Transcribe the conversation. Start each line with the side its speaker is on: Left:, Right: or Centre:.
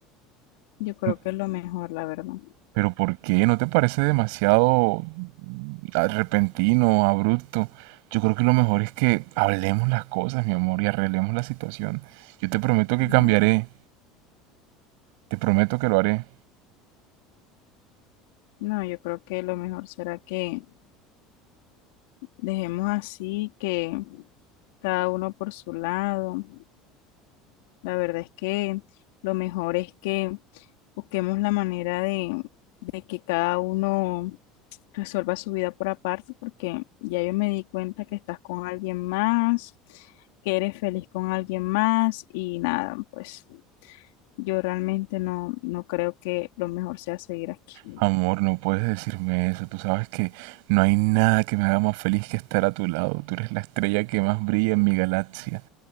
Left: Yo creo
Right: No-
Left: que es lo mejor, la verdad.
Right: ¿Pero por qué? ¿No te parece demasiado ah, repentino, abrupto? Yo creo que lo mejor es que hablemos las cosas, mi amor, y arreglemos la situación. Yo te prometo que
Left: No,
Right: cambiaré. Te prometo que lo haré.
Left: no, yo creo que lo mejor será que dejemos así, que cada uno por su lado. La verdad es que lo mejor es que busquemos la manera de, de que cada uno resuelva su vida por aparte, porque ya yo me di cuenta que estás con alguien más, que eres feliz con alguien más y nada, pues yo realmente no, no creo que lo mejor sea seguir aquí.
Right: Amor, no puedes decirme eso. Tú sabes que no hay nada que me haga más feliz que estar a tu lado. Tú eres la estrella que más brilla en mi galaxia.